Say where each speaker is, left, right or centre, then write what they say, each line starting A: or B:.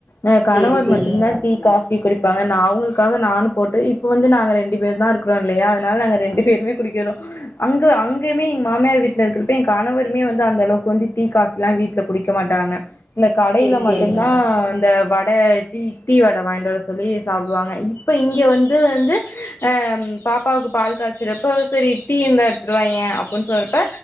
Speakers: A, on the left; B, on the right.
A: என் கணவர்
B: சேரி சேரிங்க
A: மட்டும்தா
B: சகோதரி
A: டீ காஃப் பி குடிப்பாங்க நா அவங்களுக்காக நானும் போட்டு இப்ப வந்து நாங்க ரெண்டு பேர் தா இருக்குறோ இல்லயா அதனால நாங்க ரெண்டு பேருமே குடிக்கிறோம் அங்க அங்கயுமே எங்க மாமியார் வீட்ல இருக்குறப்ப என் கணவருமே வந்து அந்தளவு வந்து டீ காஃபிலா வீட்ல குடிக்க மாட்டாங்க இந்த கடையில
B: சேரி
A: மட்டும்
B: சேரிங்க
A: தா
B: ச
A: இந்த வட டீ டீ வட வாங்கிட்டுவர சொல்லி சாப்டுவாங்க இப்போ இங்க வந்து வந்து அ பாப் பாவுக்கு பால் காய்ச்சறப்பா சரி டீ இருந்தா எடுத்துட்டுவாயேன் அப்டின் சொல்றப்ப